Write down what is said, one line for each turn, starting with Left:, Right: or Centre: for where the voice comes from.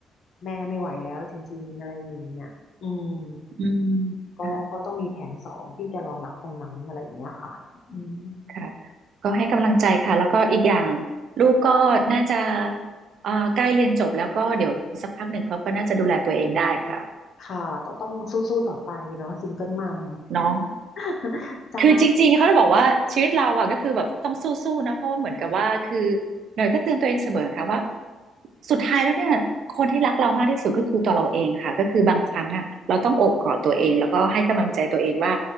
Left: แม่ไม่ไหวแล้วจริงๆอะไรอย่างเงี้ยอืม
Right: อืม
Left: ก็ก็ต้องมีแผนสองที่จะรองรับตรงนั้นอะไรอย่างเงี้ยค่ะอืม
Right: ค่ะค่ะ ก็ให้กำลังใจค่ะ แล้วก็อีกอย่างลูกก็น่าจะเอ่อใกล้เรียนจบแล้วก็เดี๋ยวสักพักหนึ่งเขาก็น่าจะดูแลตัวเองได้ค่ะ
Left: ค่ะก็ต้องสู้ๆต่อไปเนาะซิงเกิลมัม
Right: เนาะ
Left: <laughs> จ้า
Right: คือจริงๆเขาจะบอกว่าชีวิตเราอะก็คือแบบต้องสู้ๆนะเพราะว่าเหมือนกับว่าคือหน่อยก็เตือนตัวเองเสมอค่ะว่าสุดท้ายแล้วเนี่ยคนที่รักเรามากที่สุดก็คือตัวเราเองค่ะก็คือบางครั้งอะเราต้องโอบกอดตัวเองแล้วก็ให้กำลังใจตัวเองว่า